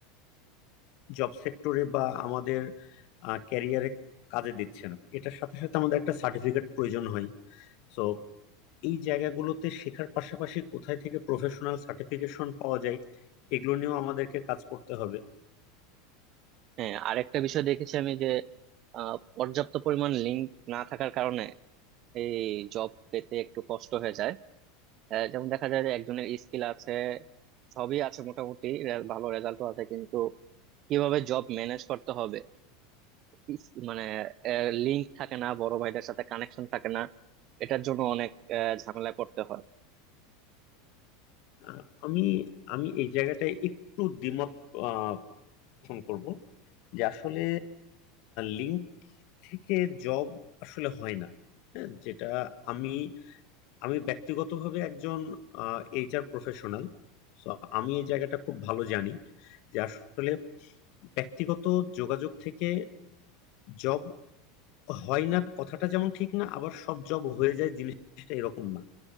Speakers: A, on the left; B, on the right.
A: জব সেক্টরে বা আমাদের ক্যারিয়ারে কাজে দিচ্ছে না এটার সাথে সাথে আমাদের একটা সার্টিফিকেট প্রয়োজন হয় সো এই জায়গাগুলোতে শেখার পাশাপাশি কোথায় থেকে প্রফেশনাল সার্টিফিকেশন পাওয়া যায় এগুলো নিয়েও আমাদেরকে কাজ করতে হবে
B: হ্যাঁ আরেকটা বিষয় দেখেছি আমি যে আহ, পর্যাপ্ত পরিমাণ লিঙ্ক না থাকার কারণে এই জব পেতে একটু কষ্ট হয়ে যায় আহ, যেমন দেখা যায় যে একজনের স্কিল আছে সবই আছে মোটামুটি রে- ভালো রেজাল্টও আছে কিন্তু কিভাবে জব ম্যানেজ করতে হবে ইস- মানে লিংক থাকে না বড় ভাইদের সাথে কানেকশন থাকে না এটার জন্য অনেক আহ, ঝামেলা করতে হয়
A: আহ, আমি আমি এই জায়গাটায় একটু দ্বিমত আহ, পোষণ করব যে আসলে লিঙ্ক থেকে জব আসলে হয় না হ্যাঁ যেটা আমি আমি ব্যক্তিগতভাবে একজন এইচআর প্রফেশনাল তো আমি এই জায়গাটা খুব ভালো জানি যে আসলে ব্যক্তিগত যোগাযোগ থেকে জব হয় না কথাটা যেমন ঠিক না আবার সব জব হয়ে যায় জিনিসটা এরকম না